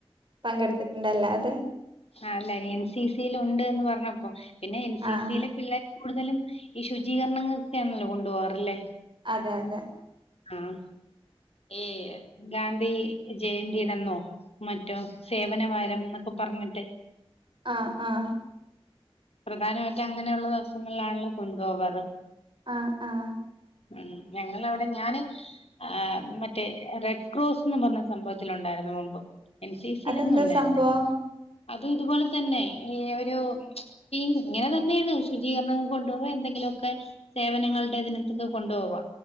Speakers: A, on the right; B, on the left.
A: പങ്കെടുത്തിട്ടുണ്ട്. അല്ലാതെ
B: ആഹ്, അല്ല എൻ സി സിൽ ഉണ്ട് എന്ന് പറഞ്ഞപ്പോ പിന്നെ എൻ സി
A: ആഹ്
B: സിയിലെ പിള്ളേരെ കൂടുതലും ഈ ശുചീകരണങ്ങക്കെയാണല്ലോ കൊണ്ടുപോകാറല്ലേ?
A: അതെ അതെ
B: ആഹ് ഈ ഗാന്ധി ജയന്തിടന്നോ മറ്റോ സേവനവാരം എന്നൊക്കെ പറഞ്ഞിട്ട്
A: ആഹ് ആഹ്
B: പ്രധാനമായിട്ടും അങ്ങനെയുള്ള ദിവസങ്ങളിലാണല്ലോ കൊണ്ടുപോവാറ്.
A: ആഹ് ആഹ്
B: ഉം ഞങ്ങളവിടെ ഞാന് ആഹ് മറ്റേ റെഡ് ക്രോസ്ന്ന് പറഞ്ഞ സംഭവത്തിലുണ്ടായിരുന്നു മുമ്പ്. എൻ സി സിലൊന്നും
A: അതെന്താ
B: ഉണ്ടായിരുന്നില്ല.
A: സംഭവം
B: അത് ഇതുപോലെ തന്നെ ഈ ഒരു ടീം ഇങ്ങനെ തന്നേണ് ശുചീകരണങ്ങൾക്ക് കൊണ്ടുപോവെ എന്തെങ്കിലൊക്കെ സേവനങ്ങളുടെ ഇതിനത്തെക്കെ കൊണ്ടുപോവാ.